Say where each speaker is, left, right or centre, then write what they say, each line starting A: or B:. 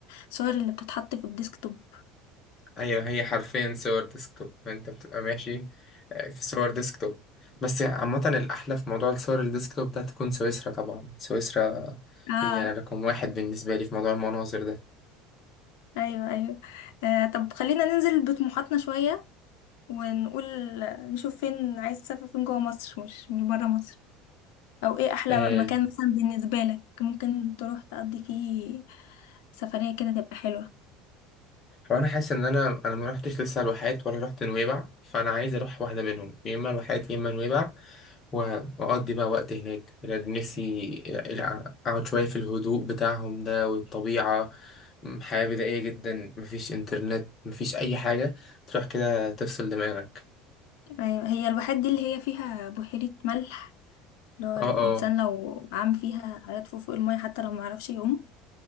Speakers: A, on the left (about 80°); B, on the left (about 25°).
A: الصور اللي بتتحط في الديسكتوب
B: أيوة هي حرفيا صور ديسكتوب أنت بتبقى ماشي آه، في صور ديسكتوب بس عامة الأحلى في موضوع الصور الديسكتوب ده تكون سويسرا طبعا سويسرا
A: اه
B: هي رقم واحد بالنسبة لي في موضوع المناظر ده
A: أيوة أيوة آه طب خلينا ننزل بطموحاتنا شوية ونقول نشوف فين عايز تسافر فين جوه مصر مش مش بره مصر او ايه احلى
B: آه،
A: مكان مثلا بالنسبه لك ممكن تروح تقضي فيه سفريه كده تبقى حلوه
B: هو أنا حاسس إن أنا أنا ما رحتش لسه الواحات ولا رحت نويبع فأنا عايز أروح واحدة منهم يا إما الواحات يا إما نويبع وأقضي بقى وقت هناك بجد نفسي أقعد شوية في الهدوء بتاعهم ده والطبيعة م، حياة بدائية جدا مفيش إنترنت مفيش أي حاجة تروح كده تفصل دماغك
A: أيوة، هي الواحات دي اللي هي فيها بحيره ملح اللي هو الانسان
B: اه اه
A: لو عام فيها هيطفو فوق الميه حتى لو معرفش يعوم